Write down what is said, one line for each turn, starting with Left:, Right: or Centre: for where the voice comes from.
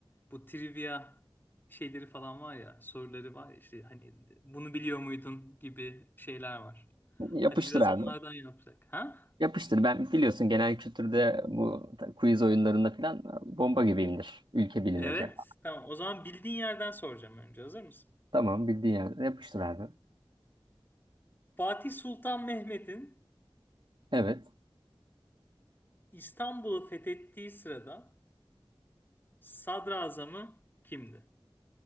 Left: bu trivia şeyleri falan var ya soruları var ya işte hani bunu biliyor muydun gibi şeyler var.
Right: Yapıştır
Left: Hadi biraz
Right: abi.
Left: onlardan yapsak. Ha?
Right: Yapıştır. Ben biliyorsun genel kültürde bu ta- quiz oyunlarında falan bomba gibiyimdir. Ülke bilineceğim.
Left: Evet. Tamam o zaman bildiğin yerden soracağım önce hazır mısın?
Right: Tamam bildiğin yerde yapıştır abi.
Left: Fatih Sultan Mehmet'in
Right: Evet.
Left: İstanbul'u fethettiği sırada sadrazamı kimdi?